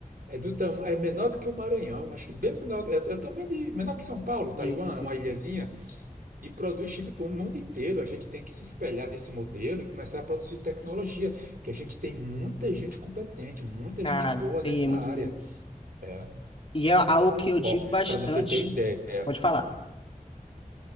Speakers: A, on the right; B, on the left.
A: é do tam, é menor do que o Maranhão, acho que bem menor, é, é o tamanho de menor que São Paulo, Taiwan,
B: Sim, sim.
A: é uma ilhazinha. E produz chip para o mundo inteiro. A gente tem que se espelhar nesse modelo e começar a produzir tecnologia, que a gente tem muita gente competente, muita
B: Cara,
A: gente boa
B: tem
A: nessa
B: muito
A: área.
B: tempo.
A: É.
B: E é algo que eu digo
A: Ó,
B: bastante.
A: para você ter uma ideia,
B: Pode falar.